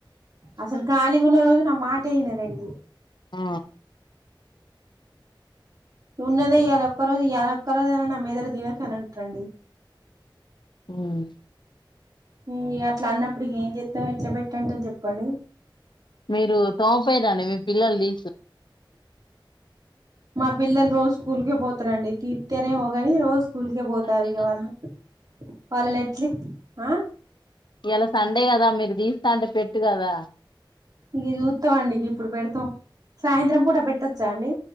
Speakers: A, on the right; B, on the left.
A: అసలు ఖాలీగా ఉన్న రోజు నా మాటే వినరండీ.
B: ఆ
A: ఉన్నదే ఈయాల ఒక్క రోజు, ఈయాల ఒక్క రోజైనా నా మెదడు దినకు అని అంటరండి.
B: ఉమ్
A: ఉమ్ ఇగ అట్ల అన్నప్పుడిగ ఏం చేత్తం ఎట్ల పెట్టంటది చెప్పండి?
B: మీరు తోమపోయదండి మీ పిల్లలు తీసు
A: మా పిల్లలు రోజు స్కూల్కె పోతారండి, తీర్థరెమో గని రోజ్ స్కూల్కే పోతారు
B: అంతే
A: ఇగ వాళ్ళు, వాళ్ళు నెట్లి ఆ
B: ఇయాలా సండే కదా మీకు తీస్తా అంటే పెట్టు కదా.
A: ఇగ చూత్తం అండి ఇగ ఇప్పుడు పెడతాం సాయంత్రం పూట పెట్టొచ్చా అండి?